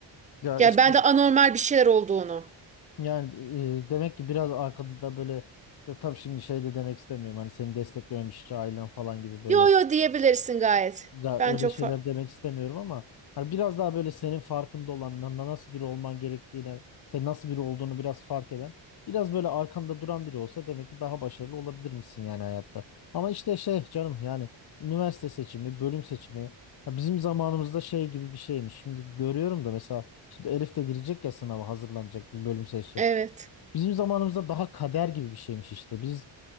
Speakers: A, on the left (about 55°); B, on the right (about 15°).
A: Ya
B: Ya
A: işte
B: ben de anormal bir şeyler olduğunu.
A: Yani e, demek ki biraz arkada böyle ya tabii şimdi şey de demek istemiyorum. Hani seni desteklememiş hiç ailen falan gibi böyle
B: Yo yo diyebilirsin gayet.
A: ya
B: Ben
A: öyle
B: çok
A: şeyler
B: fa-
A: demek istemiyorum ama hani biraz daha böyle senin farkında olan na- na- nasıl biri olman gerektiğine, sen nasıl biri olduğunu biraz fark eden, biraz böyle arkanda duran biri olsa demek ki daha başarılı olabilir misin yani hayatta. Ama işte şey canım yani üniversite seçimi, bölüm seçimi ya bizim zamanımızda şey gibi bir şeymiş. Şimdi görüyorum da mesela şimdi Elif de girecek ya sınava hazırlanacak bir bölüm seçecek.
B: Evet.
A: Bizim zamanımızda daha kader gibi bir şeymiş işte. Biz